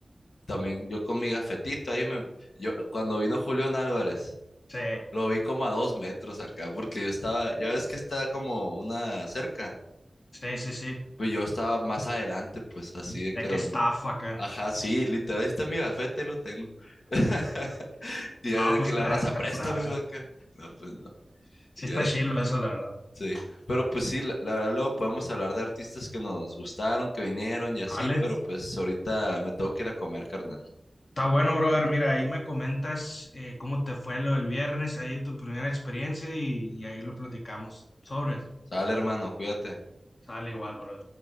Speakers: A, on the left; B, on the left.
A: también yo con mi gafetito ahí me, yo cuando vino Julián Álvarez,
B: Sí,
A: lo vi como a dos metros acá, porque yo estaba, ya ves que está como una cerca.
B: sí, sí, sí,
A: Pues yo estaba más adelante, pues así de que
B: de
A: donde.
B: qué estafa acá.
A: Ajá, sí, literal, ahí está mi gafete, ahí lo tengo. <laughs> Y ya
B: Ah,
A: de
B: pues
A: que
B: está,
A: la raza,
B: está
A: préstamelo
B: curado, sí,
A: acá. No, pues no.
B: sí
A: Y
B: está
A: ya, es-
B: chilo eso, la verdad.
A: sí. Pero pues sí, la, la verdad, luego podemos hablar de artistas que nos gustaron, que vinieron y así,
B: Vale,
A: pero pues ahorita me tengo que ir a comer, carnal.
B: está bueno, brother, mira, ahí me comentas eh, cómo te fue lo del viernes, ahí tu primera experiencia, y, y ahí lo platicamos. Sobre.
A: Sale, hermano, cuídate.
B: Sale igual, bro.